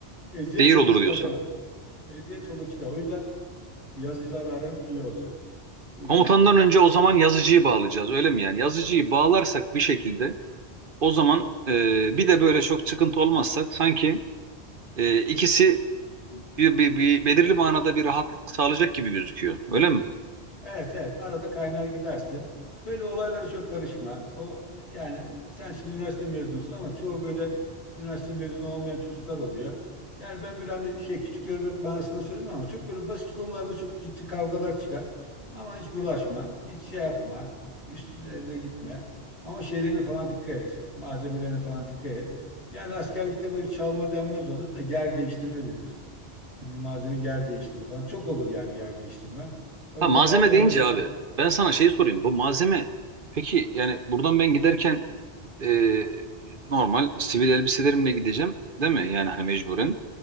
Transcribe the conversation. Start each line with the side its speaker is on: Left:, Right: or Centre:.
Left: eziyet
Right: Zehir
Left: olur
Right: olur
Left: çıkar
Right: diyorsun.
Left: sana. Eziyet olur çıkar. O yüzden yazıcılarla aran iyi olacak. Bu ikinci
Right: Komutandan
Left: husus.
Right: önce o zaman yazıcıyı bağlayacağız öyle mi yani? Yazıcıyı bağlarsak bir şekilde O zaman e, bir de böyle çok çıkıntı olmazsak sanki e, ikisi bir, bir, bir belirli manada bir rahatlık sağlayacak gibi gözüküyor. Öyle mi?
Left: Evet evet arada kaynar gidersin. Böyle olaylara çok karışma. O yani sen şimdi üniversite mezunusun ama çoğu böyle üniversite mezunu olmayan çocuklar oluyor. Yani ben böyle hani şey küçük görmek manasında söylemiyorum ama çok böyle basit konularda çok ciddi kavgalar çıkar. Ama hiç bulaşma, hiç şey yapma, üstlerine gitme. Ama şeylerine falan dikkat et, malzemelerine falan dikkat et. Yani askerlikte böyle çalma denmez ona da yer değiştirme denir. İşte bir malzeme yer değiştirir falan. Çok olur yani yer değiştirme. O
Right: Ha
Left: yüzden
Right: malzeme
Left: malzemeyle
Right: deyince
Left: falan
Right: abi ben sana şey sorayım. Bu malzeme peki yani buradan ben giderken e, normal sivil elbiselerimle gideceğim değil mi? Yani hani mecburen.